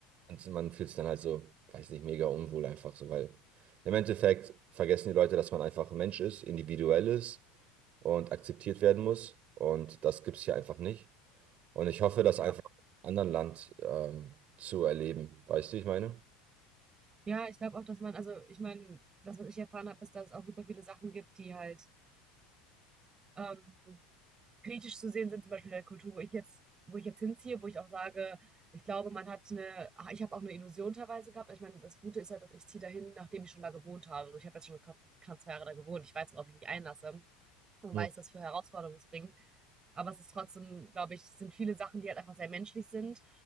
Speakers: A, on the right (about 40°); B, on the right (about 20°).
A: Und man fühlt sich dann halt so, weiß nicht, mega unwohl einfach so, weil im Endeffekt vergessen die Leute, dass man einfach ein Mensch ist, individuell ist und akzeptiert werden muss. Und das gibt es hier einfach nicht. Und ich hoffe, das
B: Ja,
A: einfach in einem anderen Land ähm, zu erleben. Weißt du, wie ich meine?
B: Ja, ich glaube auch, dass man, also ich meine, das, was ich erfahren habe, ist, dass es auch super viele Sachen gibt, die halt ähm, kritisch zu sehen sind, zum Beispiel in der Kultur, wo ich jetzt, wo ich jetzt hinziehe, wo ich auch sage, ich glaube, man hat eine, ah, ich habe auch eine Illusion teilweise gehabt. Ich meine, das Gute ist halt, dass ich ziehe dahin, nachdem ich schon da gewohnt habe. Also ich habe jetzt schon knapp knapp zwei Jahre da gewohnt. Ich weiß, worauf ich mich einlasse und
A: Hm.
B: weiß, was für Herausforderungen es bringt. Aber es ist trotzdem, glaube ich, es sind viele Sachen, die halt einfach sehr menschlich sind.